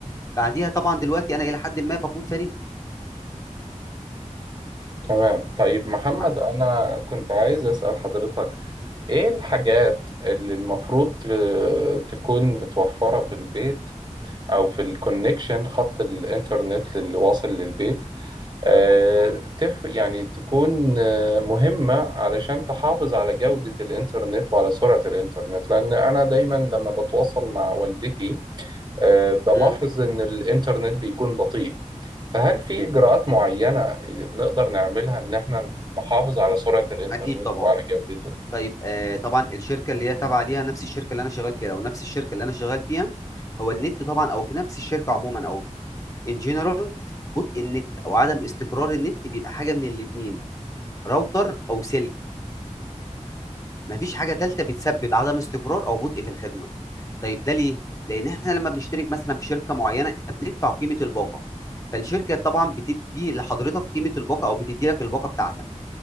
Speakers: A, on the left; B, on the right.
A: بعديها طبعا دلوقتي انا الى حد ما بقود فريق
B: تمام طيب محمد
A: مع
B: أنا كنت عايز أسأل حضرتك إيه الحاجات اللي المفروض ت- تكون متوفرة في البيت أو في الكونكشن خط الإنترنت اللي واصل للبيت آه، تف يعني تكون آه، مهمة علشان تحافظ على جودة الإنترنت وعلى سرعة الإنترنت لأن أنا دايما لما بتواصل مع والدتي آه، بلاحظ
A: مم.
B: إن الإنترنت بيكون بطيء فهل في إجراءات معينة نقدر نعملها إن إحنا نحافظ على سرعة الإنترنت
A: اكيد طبعا
B: وعلى جودته؟
A: طيب آه طبعا الشركه اللي هي تابعه ليها نفس الشركه اللي انا شغال فيها لو نفس الشركه اللي انا شغال فيها هو النت طبعا او في نفس الشركه عموما او ان جنرال بطء النت او عدم استقرار النت بيبقى حاجه من الاتنين راوتر او سلك مفيش حاجه ثالثه بتسبب عدم استقرار او بطء في الخدمه طيب ده ليه لان احنا لما بنشترك مثلا في شركه معينه احنا بندفع قيمه الباقه فالشركه طبعا بتدي لحضرتك قيمه الباقه او بتدي لك الباقه بتاعتك